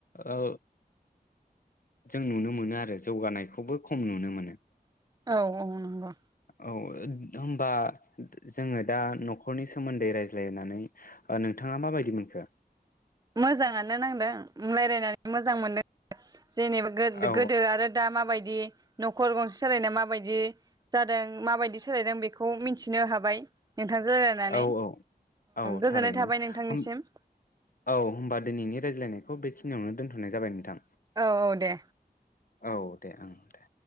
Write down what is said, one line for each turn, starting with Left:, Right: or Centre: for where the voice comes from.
Left: ओ जों नुनो मोनो आरो जौगानायखौबो खम नुनो मोनो।
Right: औ औ नंगौ
Left: औ होमबा जोङो दा न'खर न'खरनि सोमोन्दै रायज्लायनानै नोंथाङा माबायदि मोनखो?
Right: मोजाङानो नांदों रायज्लायनानै मोजां मोनदों जेनेबा
Left: औ
Right: गोदो आरो दा माबायदि दि नखर गंसे सालायनायाव मबायदि जादों माबायदि सोलायदों बेखौ मिथिनो हाबाय नोंथांजों रायलायनानै
Left: औ औ
Right: गोजोननाय
Left: थारैनो
Right: थाबाय नोंथांनिसिम
Left: होम औ होमबा दिनैनि रायज्लायनायखौ बेखिनियावनो दोन्थ'नाय जाबाय नोंथां
Right: औ औ दे
Left: औ दे ओं दे